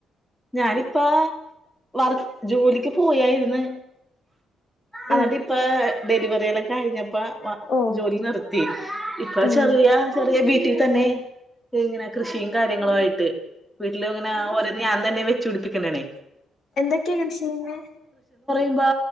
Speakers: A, in the centre; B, on the left.
A: ഞാനിപ്പോ വർക് ജോലിക്കുപോയാരുന്നു അന്നാട്ടിപ്പാ
B: ഉം
A: ഡെലിവറിടെ കഴിഞ്ഞപ്പോ
B: ഓ
A: ജോലി നിർത്തി ഇപ്പൊ
B: ഉം
A: ചെറിയ ചെറിയ വീട്ടിൽ തന്നെ ഇങ്ങനെ കൃഷിയും കാര്യങ്ങളും ആയിട്ട് വീട്ടിലും അങ്ങനെ ആ ഒരിത് ഞാൻ തന്നെ വെച്ച് പിടിപ്പിക്കണാണെ
B: എന്തെക്കയാ കൃഷി ചെയ്യുന്നേ
A: ദിപ്പോ